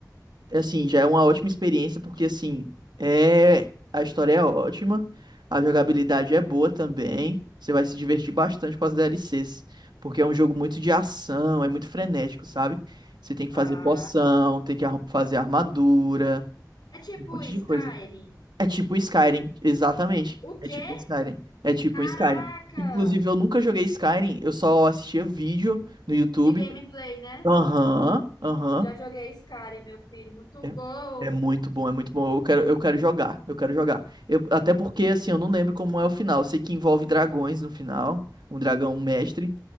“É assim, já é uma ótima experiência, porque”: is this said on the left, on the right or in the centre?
Right